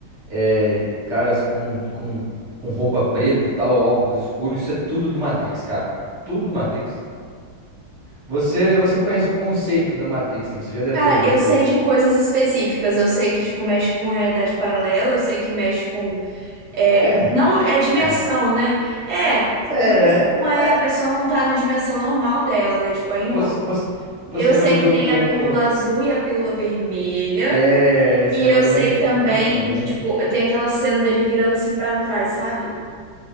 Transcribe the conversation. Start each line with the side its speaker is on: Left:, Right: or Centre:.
Centre: é, caras com, com, com roupa preta e tal, óculos escuros, isso é tudo do Matrix, cara. Tudo do Matrix. Você, você conhece o conceito da Matrix, né? Você já deve
Right: Cara,
Centre: ter ouvido.
Right: eu sei de coisas específicas. Eu sei que, tipo, mexe com realidade paralela. Eu sei que mexe com... É,
Centre: É,
Right: não, é dimensão,
Centre: é,
Right: né? É,
Centre: é,
Right: mas não é...
Centre: é.
Right: A pessoa não tá na dimensão normal dela, né? Tipo, é em
Centre: Você,
Right: outra.
Centre: você, você
Right: Eu sei
Centre: já ouviu
Right: que tem
Centre: o termo.
Right: a pílula azul e a pílula vermelha.
Centre: É, esse
Right: E
Centre: negócio
Right: eu sei
Centre: do Red
Right: também
Centre: Pill também.
Right: que, tipo, tem aquela cena dele virando assim pra trás, sabe?